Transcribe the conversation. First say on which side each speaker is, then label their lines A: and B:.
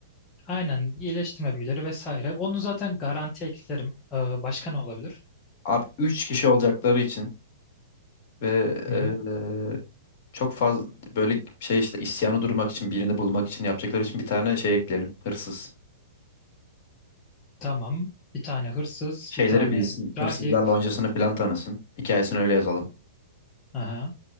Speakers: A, on the left; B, on the left.
A: aynen iyileştirme büyüleri vesaire. Onu zaten garanti eklerim. Ee, başka ne olabilir?
B: Abi üç kişi olacakları için ve
A: Hı hı.
B: e, çok fazla böyle şey işte isyanı durmak için, birini bulmak için yapacakları için bir tane şey ekleyelim. Hırsız.
A: Tamam. Bir tane hırsız,
B: Şeyleri
A: bir tane
B: bilsin.
A: rahip.
B: Hırsızlarla öncesini filan tanısın. Hikayesini öyle yazalım.
A: Aha,